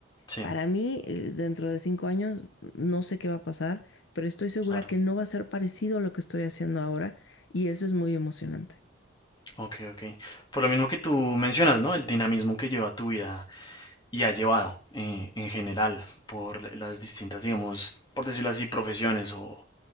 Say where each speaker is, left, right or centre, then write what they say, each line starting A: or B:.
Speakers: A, on the left; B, on the left.
A: sí,
B: para mí, eh, dentro de cinco años, no sé qué va a pasar, pero estoy segura
A: claro,
B: que no va a ser parecido a lo que estoy haciendo ahora y eso es muy emocionante.
A: ok, ok. Por lo mismo que tú mencionas, ¿no? El dinamismo que lleva tu vida y ha llevado eh, en general por las distintas, digamos, por decirlo así, profesiones o